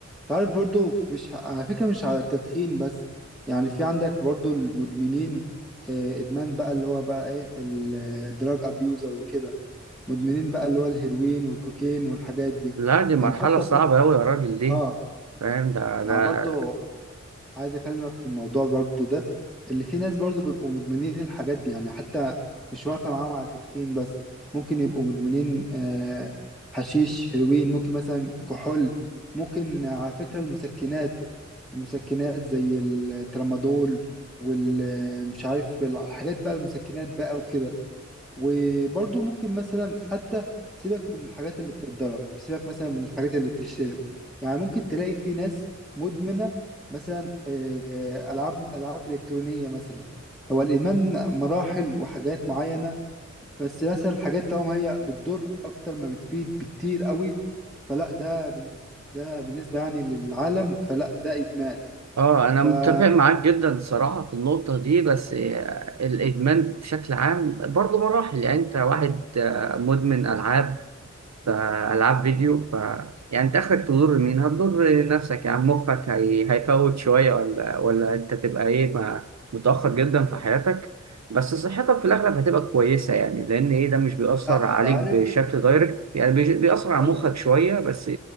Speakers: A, in the centre; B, on the right.
A: تعرف برضو في- مش على فكره مش على التدخين بس يعني في عندك برضو المدمنين آه، ادمان بقى اللي هو بقى ايه الدراج ابيوزر وكده مدمنين بقى اللي هو الهيروين والكوكين والحاجات دي
B: لا دي مرحلة
A: يعني حتى
B: صعبة
A: ب...
B: أوي يا راجل دي
A: اه
B: فاهم ده
A: يعني
B: ده
A: برضو عايز اكلمك في الموضوع برضو ده اللي في ناس برضو بيبقوا مدمنين الحاجات دي يعني حتى مش واقفة معاهم على تدخين بس ممكن يبقوا مدمنين آه حشيش هيروين ممكن مثلا كحول ممكن على فكرة المسكنات المسكنات زي الترامادول والمش عارف الحاجات بقى المسكنات بقى وكده وبرضه ممكن مثلا حتى سيبك من الحاجات اللي بتتضرب سيبك مثلا من الحاجات اللي بتشترب يعني ممكن تلاقي في ناس مدمنة مثلا آه، آه، ألعاب ألعاب إلكترونية مثلا هو الإدمان مراحل وحاجات معينة بس مثلا الحاجات طالما هي بتضر أكتر ما بتفيد بكتير قوي فلا ده بالنسبة ده بالنسبة يعني للعالم فلا ده إدمان
B: اه
A: فلا
B: انا متفق معاك جدا الصراحه في النقطه دي بس آه، الادمان بشكل عام برضه مراحل يعني انت واحد آه، مدمن العاب آه، العاب فيديو ف يعني انت اخرك تضر مين هتضر نفسك يعني مخك هي... هيفوت شويه ولا ولا انت تبقى ايه ما... متاخر جدا في حياتك بس صحتك في الاغلب هتبقى كويسه يعني لان ايه ده مش بيأثر عليك
A: أنت عارف
B: بشكل دايركت يعني بيج- بيأثر
A: هقول
B: على مخك
A: لك
B: شويه بس